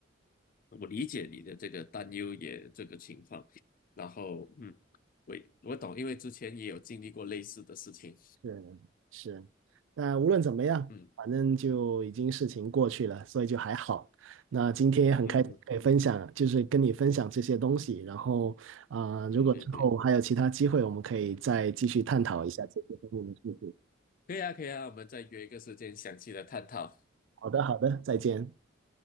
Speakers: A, on the left (about 45°); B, on the right (about 80°).
A: 我理解你的这个担忧也这个情况，然后嗯，我我懂，因为之前也有经历过类似的事情，
B: 是是，那无论怎么样，
A: 嗯
B: 反正就已经事情过去了，所以就还好。那今天也很开心可以分享，
A: 嗯，
B: 就是跟你分享这些东西。然后啊、呃如果之后还有其他机会，
A: 对对对，
B: 我们可以再继续探讨一下这些方面的事情。
A: 可以啊可以啊，我们再约一个时间详细的探讨，
B: 好的，
A: 嗯，
B: 好的，再见。